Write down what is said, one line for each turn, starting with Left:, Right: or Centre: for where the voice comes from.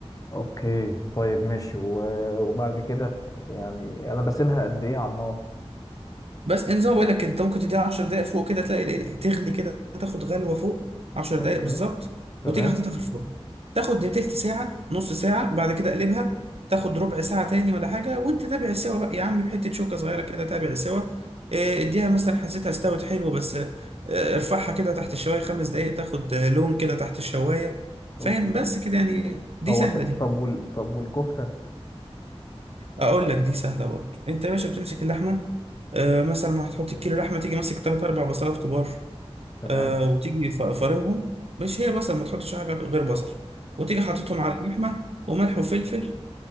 Left: اوكي طيب ماشي و- وبعد كده يعني انا بسيبها قد ايه على النار
Right: بس إن زي ما بقول لك انت ممكن تديها 10 دقايق فوق كده تلاقي ال- ال- تغلي كده تاخد غلوه فوق 10
Left: اوكي
Right: دقايق بالظبط
Left: تمام
Right: وتيجي حاططها في الفرن تاخد تلت ساعه نص ساعه بعد كده اقلبها تاخد ربع ساعه تاني ولا حاجه وانت تابع السوا بقى يا عم بحته شوكه صغيره كده تابع السوا إيه، اديها مثلا حسيتها استوت حلو بس آه، ارفعها كده تحت الشوايه خمس دقايق تاخد آه، لون كده تحت الشوايه فاهم
Left: اوكي
Right: بس كده يعني دي
Left: هو
Right: سهله
Left: ط-
Right: دي
Left: طب وال... طب والكفتة
Right: اقول لك دي سهله برضه انت يا باشا بتمسك اللحمه آه مثلا هتحط كيلو لحمه تيجي ماسك تلات اربع بصلات كبار
Left: تمام
Right: آه وتيجي ف- فارمهم مش هي بصل ما تحطش حاجه غير بصل وتيجي حاططهم على اللحمه وملح وفلفل